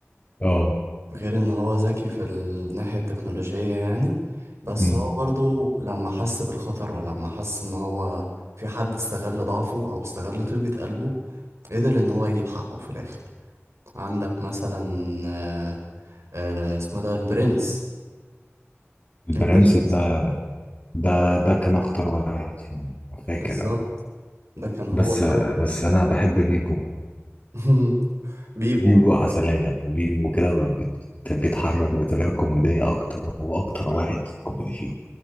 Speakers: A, on the left; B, on the right.
A: اه
B: غير ان هو ذكي في الناحية التكنولوجية يعني بس
A: أمم.
B: هو برضو لما حس بالخطر ولما حس ان هو في حد استغل ضعفه او استغل طيبة قلبه قدر ان هو يجيب حقه في الاخر عندك مثلا آه، آه، اسمه ده البرنس
A: البرنس
B: البرنس
A: ده ده ده كان اخطر واحد فيهم فاكر
B: بالظبط
A: أنا.
B: ده كان هو
A: بس
B: الخطر اللي
A: بس
B: فيه
A: انا بحب بيبو
B: <laughs> بيبو
A: بيبو عسليه بيبو كده ما بيت- بيتحرك بطريقه كوميديه اكتر هو اكتر واحد كوميدي فيهم